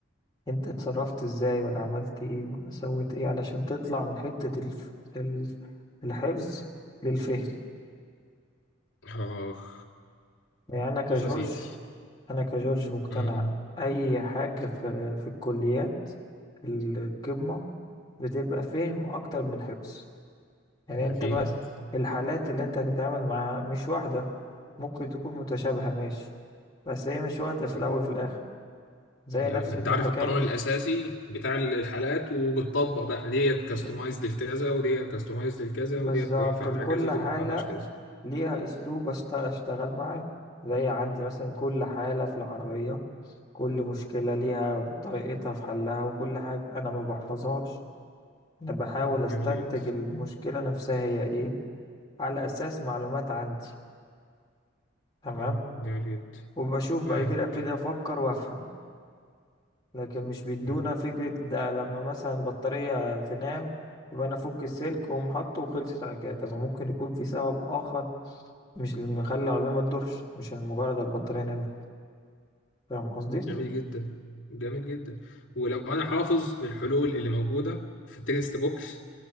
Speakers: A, on the left (about 20°); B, on the left (about 70°).
A: انت اتصرفت ازاي ولا عملت ايه ولا سويت ايه علشان تطلع من حتة الف... ال- الحفظ للفهم
B: آخ
A: يعني انا كجورج
B: بص يا سيدي
A: انا كجورج مقتنع
B: م- م.
A: اي حاجة في, في الكليات القمة بتبقى فهم اكتر من حفظ يعني
B: أكيد
A: انت مثلا الحالات اللي انت هتتعامل معاها مش واحدة ممكن تكون متشابهة ماشي بس هي مش واحدة في
B: م.
A: الأول وفي الآخر زي
B: جميل.
A: نفس
B: ما
A: الحكاية
B: انت عارف القانون الاساسي بتاع ال- الحالات وبتطبق بقى ديت كاستمايزد
A: ب-
B: لكذا وديت كاستمايزد لكذا
A: بالظبط
B: وديت آه، ينفع عليها
A: لكل
B: كذا ودي
A: حالة
B: ما ينفعلهاش كذا
A: ليها أسلوب أشت- أشتغل معاه زي عندي مثلا كل حالة في العربية كل مشكلة ليها طريقتها في حلها وكل حاجة أنا ما بحفظهاش أنا بحاول
B: مم،
A: أستنتج
B: جميل جدا
A: المشكلة نفسها هي إيه على أساس معلومات عندي تمام
B: مم، جميل جدا
A: وبشوف بعد
B: معاك
A: كده ابتدي افكر وافهم لكن مش بيدونا
B: مم،
A: فكرة ده لما مثلا البطارية تنام يبقى انا افك السلك واقوم حاطه وخلصت على كده طب ما ممكن يكون في سبب اخر مش اللي مخلي العربية ما تدورش مش مجرد البطارية نامت فاهم قصدي
B: جميل جدا جميل جدا ولو انا حافظ الحلول اللي موجوده في التكست بوكس